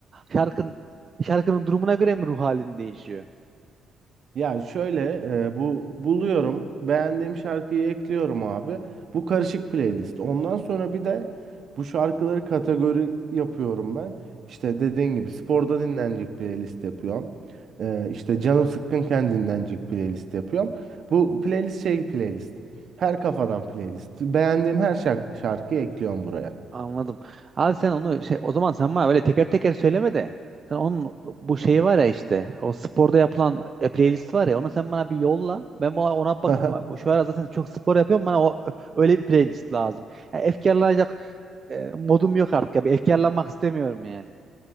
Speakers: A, on the right; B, on the right.
A: şarkın şarkının durumuna göre mi ruh halin değişiyor?
B: Ya şöyle e, bu buluyorum. Beğendiğim şarkıyı ekliyorum abi. Bu karışık playlist. Ondan sonra bir de bu şarkıları kategori yapıyorum ben. İşte dediğin gibi sporda dinlenecek playlist yapıyorum. E, işte canım sıkkınken dinlenecek playlist yapıyorum. Bu playlist şey playlist. Her kafadan playlist. Beğendiğim her şark- şarkıyı ekliyorum buraya.
A: Anladım. Abi sen onu şey o zaman sen bana böyle teker teker söyleme de sen onun bu şeyi var ya işte o sporda yapılan e, playlist var ya onu sen bana bir yolla. Ben ona, ona bakayım
B: <laughs>
A: bak. Şu ara zaten çok spor yapıyorum bana o öyle bir playlist lazım. Yani efkarlanacak e, modum yok artık ya. Bir efkarlanmak istemiyorum yani.